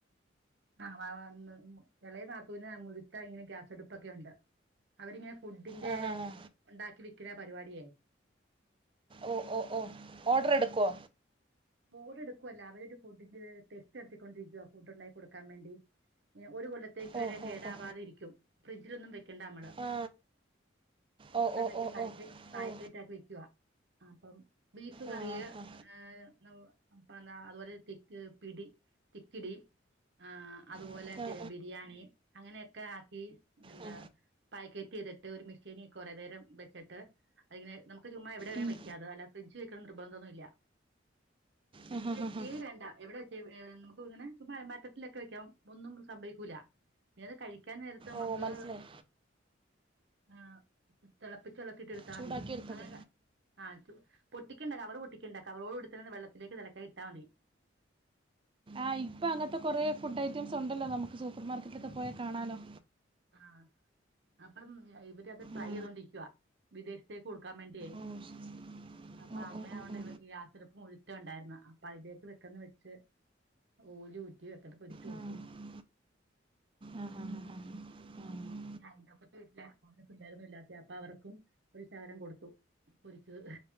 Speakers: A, on the right; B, on the right.
A: ആഹ് വാ വന്നു എളയ നാത്തൂന് മുഴുത്ത ഇങ്ങനെ ഗ്യാസടുപ്പൊക്കെയൊണ്ട് അവരിങ്ങനെ ഫുഡിൻ്റേ
B: ആ ഹാ ഹാ
A: ഒണ്ടാക്കി വിക്കലാ പരുപാടിയെ
B: ഓ ഓ ഓഡറെടുക്കുവോ
A: ഓഡറെടുക്കുവല്ല അവരൊരു ഫുഡിൻ്റെത് ടെസ്റ്റ് നടത്തിക്കൊണ്ടിരിക്കുവാ ഫുഡൊണ്ടാക്കി കൊട് ക്കാമ്മേണ്ടി എം ഒരു കൊല്ലത്തേക്ക്
B: ഓ
A: വരെ കേടാവാതെയിരിക്കും
B: ഓ ഓ
A: ഫ്രിഡ്ജിലൊന്നും വെക് ക്കണ്ടാ മ്മള്
B: ആ ഓ
A: ഫുഡുണ്ടാക്കി
B: ഓ ഓ
A: പായ്ക്ക്
B: ഓ
A: പായ്ക്കറ്റാക്കി
B: ഓ
A: വെക്കുവാ ആപ്പം ബീഫ് കറിയ്
B: ആ ഹാ
A: അഹ് നൗ അപ്പാന്നാ അതുപോലെ തിക്ക് പിടി തിക്കിടി ആഹ് അതുപോലെ
B: ആ ആ
A: തേ ബിരിയാണീ അങ്ങനെയൊക് ക്കെ ആക്കി നല്ല
B: ആ
A: പായ്ക്കറ്റ് റ്റെയ്തിട്ട് ഒരു മിഷേനീ കൊറേ നേരം വെച്ചിട്ട് അയിങ്ങനെ നമുക്ക് ചുമ്മാ എവിടെ വേണേവെക്കാം
B: ഉം.
A: അത് അല്ല ഫ്രിഡ്ജിൽ വെക്കണമെന്ന് നിർബന്ധമില്ല. ഫ്രിഡ്ജീ
B: ആ, ഹാ,
A: വെക്ക്യേ
B: ഹാ, ഹാ.
A: വേണ്ട എവിടെ വെച് എവ് ഏ നമുക്ക് ഇങ്ങനെ <unintelligible> ലൊക്കെ വെക്കാം ഒന്നും സംഭവിക്കൂല പിന്നത് കഴി ക്കാൻ നേരത്ത് നമ്മക്ക്
B: ഓ മനസ്സിലായി
A: ആഹ് തെളപ്പിച് ച്ച വെള്ളത്തീട്ടെടുത്താ
B: ചൂടാക്കി
A: മതി
B: എടുത്തത്
A: അങ്ങനെ ക ആ റ്റു പൊട്ടിക്കേണ്ട കവറ് പൊട്ടിക്കേണ്ട കവറോടുകൂടി തന്നെ വെള്ളത്തിലേക്ക് തിളക്കാൻ ഇട്ടാമതി.
B: ആഹ് ഇപ്പൊ അങ്ങനത്തെ കൊറേ ഫുഡ് ഐറ്റെംസുണ്ടല്ലോ നമുക്ക് സൂപ്പർ മാർക്കറ്റിലൊക്കെ പോയാ കാണാല്ലോ.
A: ആ അപ്പം ഇവരതു ട്രൈ
B: ആ
A: ചെയ്തോണ്ടിരിക്കുവാ വിദേശത്തേക്ക് കൊടുക്കാൻ വേണ്ടിയേ,
B: ഓ ശരി
A: അപ്പം
B: ഓ
A: അങ്ങനെയതുകൊണ്ട്
B: ഓ ഓ ഓ
A: ഗ്യാസടുപ്പ് മുഴുത്തെ ഉണ്ടായിരുന്നു അപ്പം അതിലേക്ക് പെട്ടന്നു വെച്ച് നൂലുചുറ്റി പെട്ടന്നു പൊരിച്ചു കൊടുത്തു.
B: ആ ആ ആ ഹാ ഹാ ഹാ ആ ഉം.
A: ഈ അയലോക്കത്തെ വീട്ടിലെ ഓമന പിള്ളേരൊന്നു ഇല്ലാത്തെയാ അപ്പം അവർക്കും ഒരു ശകലം കൊടുത്തു. പൊരിച്ചത്,